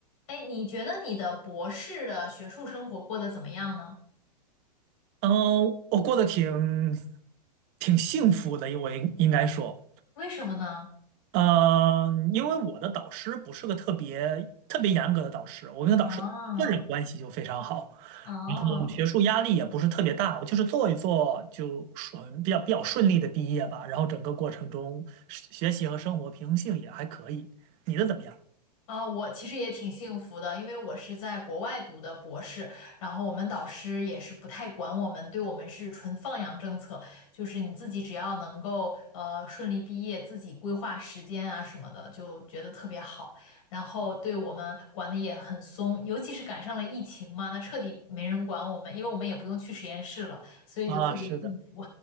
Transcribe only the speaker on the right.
嗯，我过得挺挺幸福的，因为应该说，
嗯，因为我的导师不是个特别特别严格的导师，我跟导师个人关系就非常好，
然后学术压力也不是特别大，我就是做一做就顺比较比较顺利的毕业吧，然后整个过程中学学习和生活平衡性也还可以。你的怎么样？
啊，是的。